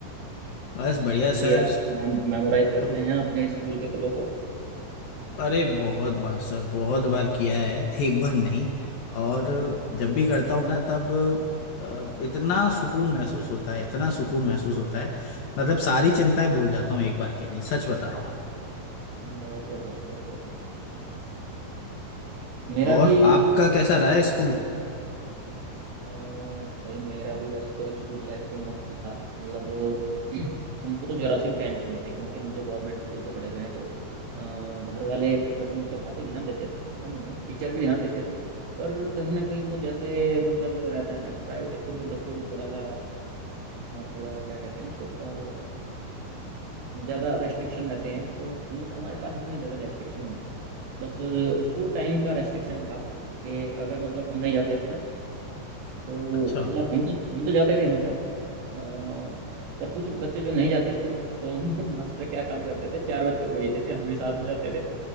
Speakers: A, on the left; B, on the right.
A: बस बढ़िया
B: कभी
A: सर
B: आप मेमोराइज करते
A: तो
B: हैं अपने स्कूल के पलों को
A: अरे बहुत बार सर बहुत बार किया है एक बार नहीं और
B: हम्म,
A: जब भी करता हूँ ना तब अ, इतना सुकून महसूस होता है इतना सुकून महसूस होता है मतलब सारी चिंताएं भूल जाता हूँ एक बार के लिए सच बता रहा हूँ
B: बहुत बढ़िया बहुत बढ़िया मेरा
A: और
B: भी
A: आपका कैसा रहा है स्कूल
B: अ, भाई मेरा भी वैसे तो स्कूल लाइफ तो मस्त था मतलब वो <clears throat> हमको तो जरा से भी टेंशन नहीं थी क्योंकि हम तो गवर्नमेंट स्कूल से पढ़े गए हैं तो अ, घर वाले वैसे मतलब काफ़ी ध्यान देते थे ऐसा नहीं है टीचर भी ध्यान देते थे पर कहीं ना कहीं वो जैसे मतलब रहता है ना कि प्राइवेट स्कूल के बच्चों को थोड़ा सा अ, थोड़ा क्या कहते हैं उसको थोड़ा अ, ज़्यादा रेस्ट्रिक्शन रहते हैं तो हम हमारे पास इतने ज़्यादा रेस्ट्रिक्शन नहीं थे बस स्कूल टाइम का रेस्ट्रिक्शन था कि अगर मतलब हम नहीं जाते थे ना तो
A: अच्छा
B: मतलब हम तो हम तो जाते थे मतलब अ, पर कुछ बच्चे जो नहीं जाते थे तो <laughs> मास्टर क्या काम करते थे चार बच्चों को भेजते थे हम भी साथ में जाते थे